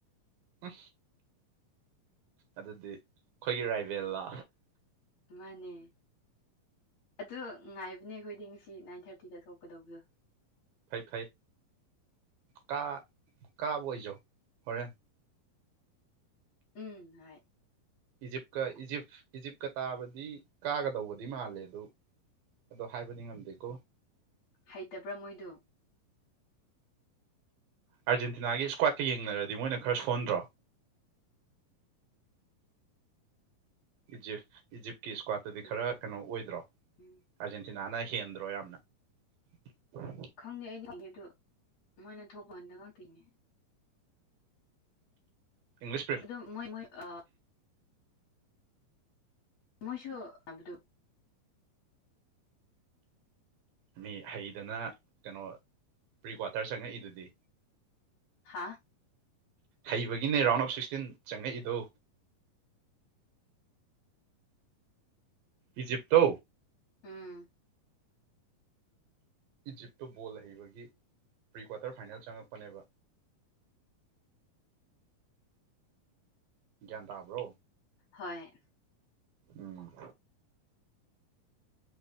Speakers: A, on the right (about 75°); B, on the left (about 60°).
A: ꯎꯝ ꯑꯗꯨꯗꯤ ꯑꯩꯈꯣꯏꯒꯤ ꯔꯥꯏꯕꯦꯜꯂꯥ
B: ꯃꯥꯟꯅꯦ ꯑꯗꯨ ꯉꯥꯏꯕꯅꯦ ꯑꯩꯈꯣꯏꯗꯤ ꯉꯁꯤ ꯅꯥꯏꯟ ꯊꯥꯔꯇꯤꯗ ꯊꯣꯛꯀꯗꯧꯕꯗꯣ
A: ꯐꯩ ꯐꯩ ꯀꯥ ꯀꯥꯕꯥ ꯑꯣꯏꯖꯧ ꯍꯣꯔꯦꯟ
B: ꯎꯝ ꯍꯣꯏ
A: ꯏꯖꯤꯞꯀ ꯏꯖꯤꯞ ꯏꯖꯤꯞꯀ ꯇꯥꯕꯗꯤ ꯀꯥꯒꯗꯧꯕꯗꯤ ꯃꯥꯜꯂꯦ ꯑꯗꯨ ꯑꯗꯣ ꯍꯥꯏꯕꯗꯤ ꯉꯝꯗꯦꯀꯣ
B: ꯍꯩꯇꯕ꯭ꯔꯥ ꯃꯣꯏꯗꯨ
A: ꯑꯥꯔꯖꯦꯟꯇꯤꯅꯥꯒꯤ ꯏꯁꯀ꯭ꯋꯥꯠꯀ ꯌꯦꯡꯅꯔꯗꯤ ꯃꯣꯏꯅ ꯈꯔ ꯁꯣꯟꯗ꯭ꯔꯣ ꯏꯖꯤꯞ ꯏꯖꯤꯞꯀꯤ ꯏꯁꯀ꯭ꯋꯥꯠꯇꯗꯤ
B: ꯎꯝ
A: ꯈꯔ ꯀꯩꯅꯣ ꯑꯣꯏꯗ꯭ꯔꯣ
B: ꯎꯝ
A: ꯑꯥꯔꯖꯦꯟꯇꯤꯅꯥꯅ ꯍꯦꯟꯗ꯭ꯔꯣ ꯌꯥꯝꯅ <unintelligible>
B: ꯈꯪꯗꯦ ꯑꯩꯗꯤ ꯌꯦꯡꯗꯦ ꯑꯗꯨ ꯃꯣꯏꯅ ꯊꯣꯛꯄ ꯀꯥꯟꯗ ꯈꯛꯇ ꯌꯦꯡꯉꯦ
A: ꯏꯪꯂꯤꯁ ꯄ꯭ꯔꯤꯝ
B: ꯑꯗꯨ ꯃꯣꯏ ꯃꯣꯏ ꯑ ꯃꯣꯏꯁꯨ ꯑꯕꯗꯨꯨ
A: ꯃꯤ ꯍꯩꯗꯅ ꯀꯩꯅꯣ ꯄ꯭ꯔꯤꯀ꯭ꯋꯥꯇꯔ ꯆꯪꯉꯛꯏꯗꯨꯗꯤ
B: ꯍꯥꯥ
A: ꯍꯩꯕꯒꯤꯅꯦ ꯔꯥꯎꯟ ꯑꯣꯐ ꯁꯤꯛꯁꯇꯤꯟ ꯆꯪꯉꯛꯏꯗꯣ
B: <unintelligible> <inaudible>
A: ꯏꯖꯤꯞꯇꯣ
B: ꯎꯝ
A: ꯏꯖꯤꯞꯇꯣ ꯕꯣꯜ ꯍꯩꯕꯒꯤ ꯄ꯭ꯔꯤꯀ꯭ꯋꯥꯇꯔ ꯐꯥꯏꯅꯦꯜ ꯆꯪꯉꯛꯄꯅꯦꯕ
B: <unintelligible> <inaudible>
A: ꯒ꯭ꯌꯥꯟ ꯇꯥꯕ꯭ꯔꯣ
B: ꯍꯣꯏ
A: ꯎꯝ